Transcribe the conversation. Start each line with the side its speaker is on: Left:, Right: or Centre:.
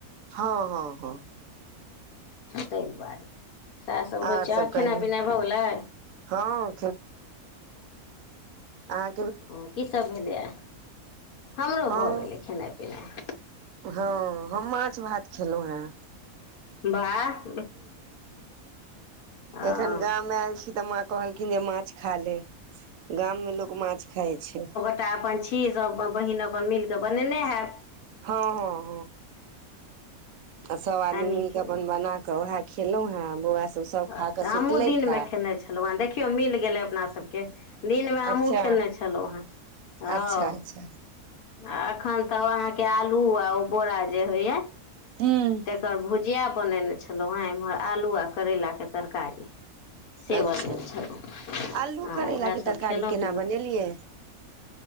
Right: हँ हँ हँ।
Left: ताहि दुआरे सएह सभ होइ
Right: आर
Left: छै
Right: सब
Left: आओ
Right: कहियौ
Left: खेनाइ-पीनाइ भऽ गेलै?
Right: हँ आ
Left: ओ की सभ भेलैए? हमरो
Right: हम
Left: भऽ गेलै खेनाइ-पिनाइ
Right: हँ हम माछ-भात खेलहुँ हेँ
Left: बाह! हँ
Right: एखन गाम आयल छी तऽ कहलखिन जे माछ खा ले! गाममे लोक माछ खाय छै।
Left: तेॅं अपन छी सभ अपन बहिन अपन मिल कऽ बनेने हैब।
Right: हँ हँ हँ सब आदमीके
Left: नीक केलहुँ
Right: अपन बना तऽ वहै खेलहुँहे, बौआ सब सब खा
Left: अच्छा
Right: कऽ सुतलथि
Left: हमहूँ दिनमे
Right: हे
Left: खेने छलहुँ हे, देखियौ मिल गेलै अपना सभके दिनमे हमहूँ
Right: अच्छा
Left: खयने छलहुँहे, हँ
Right: अच्छा अच्छा
Left: आ एखन तऽ ओ अहाँके आलू आ ओ बोरा जे होइया
Right: हूँ
Left: तकर भुजिया बनेने छलहुँ हेँ, इम्हर आलू आ करैलाके तरकारी से
Right: अच्छा
Left: बनै छलहुँ,
Right: आलू
Left: हॅं
Right: करैला
Left: उएहे
Right: के
Left: सभ
Right: तरकारी
Left: खयलहुँ
Right: केना
Left: पीलहुँए।
Right: बनेलियै